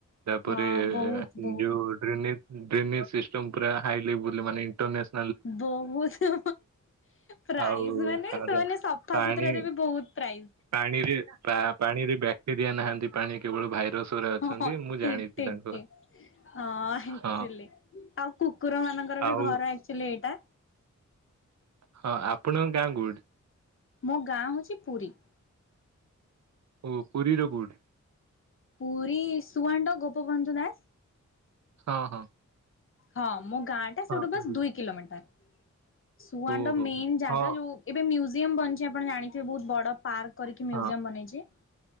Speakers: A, on the right; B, on the left.
A: ତାପରେ
B: ହଁ ବହୁତ ବହୁତ
A: ଡ ଡ୍ରେନେ ଡ୍ରେନେ ସିଷ୍ଟମ୍ ପୁରା ହାଇଲେବୁଲ୍ ମାନେ ଇଣ୍ଟରନେସ୍
B: ବହୁତୁ ପ୍ରାଇଜ୍
A: ଆଉ
B: ମାନେ
A: ତାର
B: ସେମାନେ ସଫା
A: ପାଣି
B: ସୁତୁରାରେ ବି ବହୁ ପ୍ରାଇ-
A: ପାଣିରେ ପା ପାଣିରେ ବ୍ୟା ଏରିଆ ନାହାନ୍ତି ପାଣି କେବଳ ଭାଇରସ୍ ଉରା ଅଛନ୍ତି
B: ହଁ
A: ମୁଁ
B: ଠିକ
A: ଜାଣିଛି
B: ଠିକ
A: ତାଙ୍କର।
B: ଠିକ ହଁ ଏକ୍ଚୁଲି
A: ହଁ
B: ଆଉ କୁକୁରମାନଙ୍କର
A: ଆଉ
B: ବି ଘର ଏକ୍ଚୁଲି ଏଇଟା।
A: ହଁ ଆପଣଙ୍କ ଗାଁ କୋଉଠି?
B: ମୋ ଗାଁ ହଉଚି ପୁରୀ।
A: ଓ ପୁରୀର କୋଉଠି?
B: ପୁରୀ ସୁଆଣ୍ଡୋ ଗୋପବନ୍ଧୁ ନାଁ
A: ହଁ ହଁ।
B: ହଁ ମୋ ଗାଁଟା
A: ହଁ
B: ସେଉଠୁ ବାସ୍
A: ଗୁଡ୍।
B: ଦୁଇ କିଲୋମିଟର୍ ସୁଆଣ୍ଡ
A: ଓହୋ
B: ମେନ୍ ଜାଗା
A: ହଁ
B: ଯୋଉ ଏବେ ମ୍ୟୁଜିୟମ୍ ବନଛି ଆପଣ ଜାଣିଥିବେ ବହୁତ ବଡ଼ ପାର୍କ କରିକି ମ୍ୟୁଜିୟମ୍
A: ହଁ
B: ବନେଇଚି।